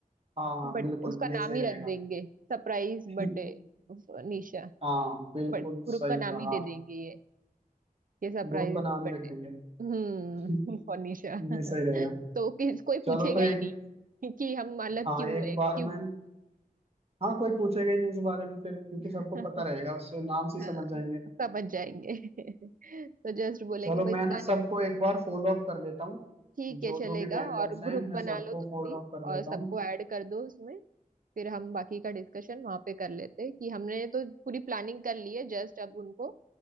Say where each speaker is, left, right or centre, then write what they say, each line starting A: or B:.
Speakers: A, on the right; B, on the right.
A: हाँ हाँ
B: बट
A: बिल्कुल
B: उसका नाम
A: ये सही
B: ही
A: रहेगा
B: रख देंगे
A: <laughs>
B: surprise
A: ठीक
B: birthday Nisha
A: हाँ बिल्कुल
B: But
A: सही
B: group का
A: कहा
B: नाम ही दे देंगे ये ये सरप्राइज
A: ग्रुप का नाम
B: बर्थडे
A: ही रख देंगे <laughs>
B: हम्म फॉर निशा <laughs>
A: ये सही रहेगा
B: तो किस कोई
A: चलो
B: पूछेगा
A: तो एक
B: ही नहीं कि हम अलग
A: हाँ
B: क्यों
A: एक
B: है
A: बार
B: क्यों
A: में
B: group
A: हाँ कोई पूछेगा ही नहीं इस बारे में फिर क्योंकि सबको
B: है <laughs>
A: पता रहेगा उससे नाम से ही
B: हाँ
A: समझ जाएंगे
B: समझ जाएंगे <laughs> तो जस्ट बोलेंगे
A: चलो
B: भाई
A: मैं
B: प्लानिंग
A: ना सबको एक बार फॉलो अप कर लेता हूँ
B: ठीक है
A: जो
B: चलेगा
A: जो भी वेंडर्स
B: और ग्रुप
A: हैं मैं
B: बना
A: सबको
B: लो तुम
A: फॉलो
B: भी
A: अप कर
B: और
A: लेता
B: सबको
A: हूँ
B: ऐड कर दो उसमें फिर हम बाकी का डिस्कशन वहां पे कर लेते हैं कि हमने तो पूरी प्लानिंग कर ली है जस्ट अब उनको